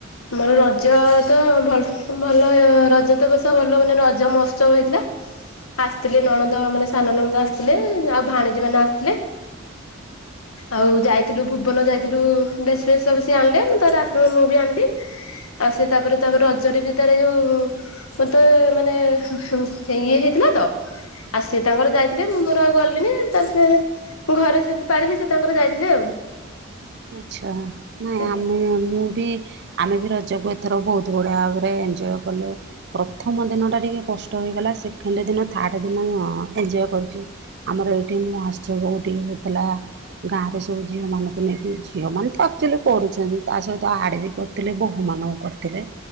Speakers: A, on the left; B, on the right.
A: ମୋର ରଜ ତ ଭଲ ଭଲ ରଜ ତ ବେଶ ଭଲ ମାନେ ରଜ ମହୋତ୍ସବ ହେଇଥିଲା। ଆସିଥିଲେ ନଣନ୍ଦ ମାନେ ସାନ ନଣନ୍ଦ ଆସିଥିଲେ, ଆଉ ଭାଣିଜୀ ମାନେ ଆସିଥିଲେ। ଆଉ ଯାଇଥିଲୁ ଭୁବନ ଯାଇଥିଲୁ ଡ୍ରେସ ଫେସ ସବୁ ସିଏ ଆଣିଲେ ତର ମୁଁ ବି ଆଣିଲି। ଆଉ ସେ ତାପରେ ତାପରେ ରଜରେ ବି ଥରେ ଯୋଉ ମତେ ମାନେ ଇଏ ହେଇଥିଲା ତ ଆଉ ସିଏ ତାଙ୍କର ଯାଇଥିଲେ ମୁଁ ମୋର ଆଉ ଗଲିଣିି ତ ସେ ଘରେ ସେମିତି ପାଳିଲି ସେ ତାଙ୍କର ଯାଇଥିଲେ ଆଉ।
B: ଆଚ୍ଛା। ନାଇଁ
A: ଆଜ୍ଞା
B: ଆମେ ମୁଁ ବି ଆମେ ବି ରଜକୁ ଏଥର ବହୁତ ବଢିଆ ଭାବରେ ଏନ୍ଜୟ କଲୁ। ପ୍ରଥମ ଦିନ ଟା ଟିକେ କଷ୍ଟ ହୋଇଗଲା। ସେକେଣ୍ଡ ଦିନ ଥାର୍ଡ ଦିନ ଏଞ୍ଜୟ କରିଚୁ। ଆମର ଏଇଠି ମୁଁ ଆସଚ କୋଉଠି ଥିଲା ଗାଁରେ ସବୁ ଝିଅମାନଙ୍କୁ ନେଇକି ଝିଅମାନେ ତ ଆକ୍ଚୁଆଲି କରୁଚନ୍ତି। ତା ସହିତ ଆଡ଼େ ବି କରୁଥିଲେ ବୋହୂମାନଙ୍କୁ କରିଥିଲେ।